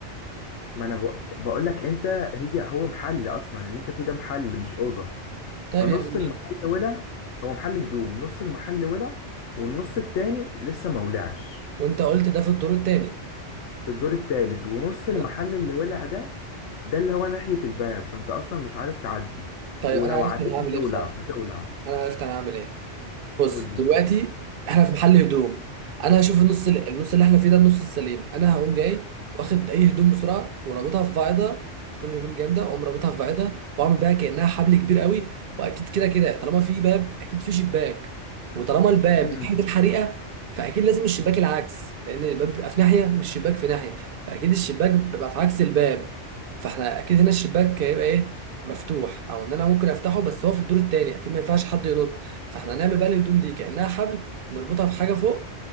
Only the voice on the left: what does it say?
ما انا بق- بقول لك انت هي هو محل اصلا اللي انت فيه ده محل مش اوضه
فنص
المحل ولع هو محل هدوم نص المحل ولع والنص التاني لسه ما ولعش
في الدور التالت ونص المحل
اللي ولع ده ده اللي هو ناحية الباب فانت اصلا مش عارف تعدي
ولو
عديت
هتولع
هتولع
قول لي
امم